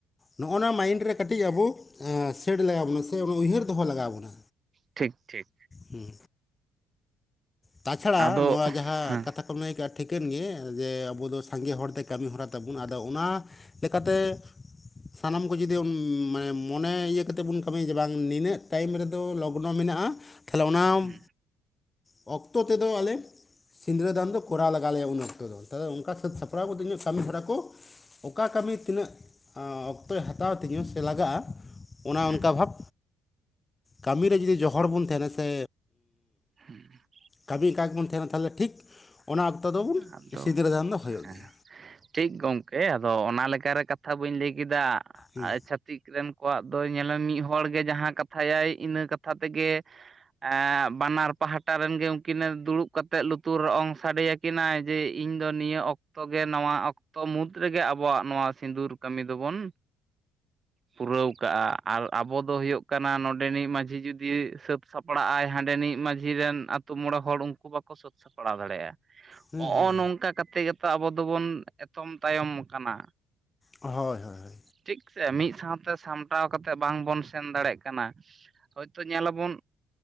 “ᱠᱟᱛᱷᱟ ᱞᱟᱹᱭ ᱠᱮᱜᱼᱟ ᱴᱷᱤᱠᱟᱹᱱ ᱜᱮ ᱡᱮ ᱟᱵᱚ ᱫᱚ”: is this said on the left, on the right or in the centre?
Left